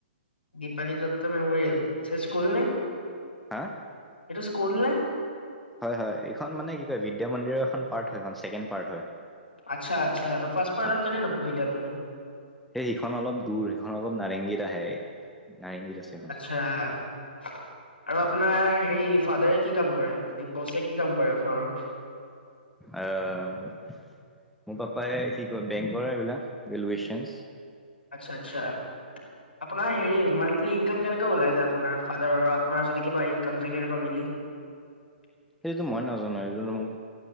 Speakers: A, on the left; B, in the centre.
A: দীপালী দত্ত মেমৰিয়েল, আচ্ছা স্কুল নে?
B: হা! <inaudible>
A: এইটো স্কুল নে? <inaudible>
B: হয়-হয়। এইখন মানে কি কয় বিদ্যা মন্দিৰৰ এখন পাৰ্ট হয় <unintelligible> ছেকেণ্ড পাৰ্ট হয়।
A: আচ্ছা-আচ্ছা। ফাৰ্ষাৰ অৰ্ডাৰ
B: আম-
A: কেলে নকৰিলে আপুনি? <inaudible>
B: সেই সিখন অলপ দূৰ, সিখন অলপ নাৰেংগীত আহে। নাৰেংগীত আছে সেইখন। <inaudible>
A: হ <unintelligible> আৰু আপোনাৰ হেৰি ফাদাৰে কি কাম কৰে? <inaudible> বছে কি কাম কৰে ঘৰৰ?
B: আহ <unintelligible> মোৰ পাপাই কি কয় বেংকৰ এইবিলাক ভেলুৱেচন।
A: আচ্ছা-আচ্ছা! <inaudible> আপোনাৰ হে মানঠলি ইনকাম কেনেক ওলাই যায়। আপোনাৰ ফাৰৰ আপোনাৰ যদি কিবা ইনকাম থাকে বা মিলি? <inaudible> <inaudible>
B: সেইটোতটো মই নাজানো এই মোক